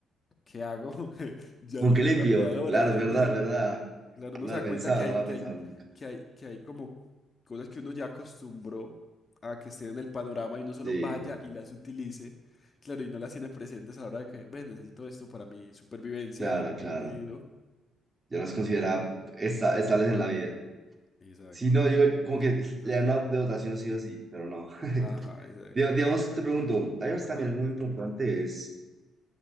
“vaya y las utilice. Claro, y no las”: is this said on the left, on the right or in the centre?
Left